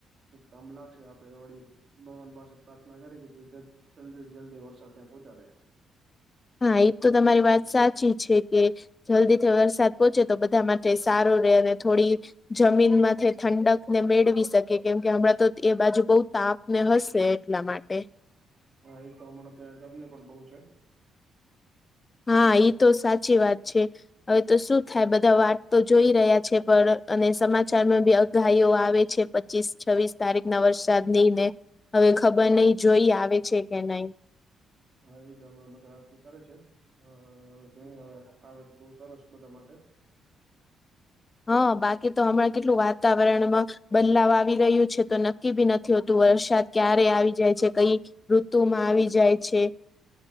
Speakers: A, on the right (about 45°); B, on the left (about 25°).
A: ખુબ કામ લાગશે આપડે એ વડી ભગવાન પાસે પ્રાર્થના કરી કે તે જલ્દી જલ્દી વરસાદ ત્યાં પહોંચાડે
B: હા એ તો તમારી વાત સાચી છે કે જલ્દીથી વરસાદ પહોંચે તો બધા માટે સારો રે અને થોડી જમીનમાંથી ઠંડક ને મેળવી શકે કેમ કે હમણાં તો એ બાજુ બહુ તાપ ને હશે એટલા માટે
A: હા એ તો હમણાં ત્યાં ગરમી પણ બહુ છે
B: હા એ તો સાચી વાત છે હવે તો શું થાય બધા વાત તો જોઈ રહ્યા છે પણ અને સમાચારમાં બી અગાહીઓ આવે છે પચીસ છવ્વીસ તારીખ ના વરસાદ ની ને હવે ખબર નહી જોઈ આવે છે કે નહીં
A: હા એ જ હમણાં બધા અરજી કરે છે હવે જોઈ હવે આવે તો બહુ સરસ બધા માટે
B: હા બાકી તો હમણાં કેટલું વાતાવરણમાં બદલાવ આવી રહ્યું છે તો નક્કી બી નથી હોતું વરસાદ ક્યારે આવી જાય છે કઈ ઋતુ માં આવી જાય છે